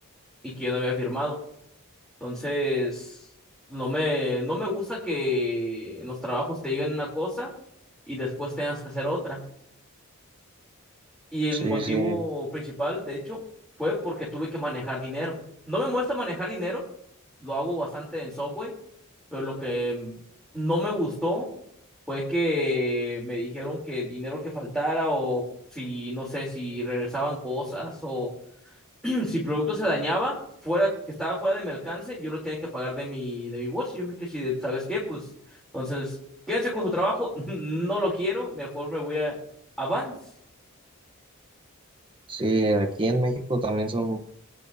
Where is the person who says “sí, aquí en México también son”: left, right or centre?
Right